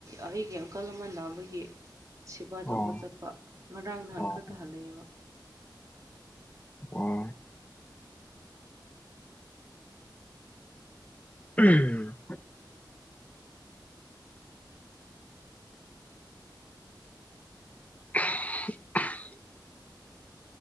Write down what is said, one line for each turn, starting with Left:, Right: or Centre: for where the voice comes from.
Right: ꯑꯩꯒꯤ ꯑꯪꯀꯜ ꯑꯃ ꯅꯥꯕꯒꯤ ꯁꯦꯕꯥ
Left: ꯑꯣ
Right: ꯇꯧꯕ ꯆꯠꯄ ꯉꯔꯥꯡ ꯅꯍꯥꯟ
Left: ꯑꯣ
Right: ꯈꯛꯇꯥ ꯍꯜꯂꯛꯑꯦꯕ
Left: ꯑꯣ ꯎꯝꯍꯝ ꯎꯝ <unintelligible>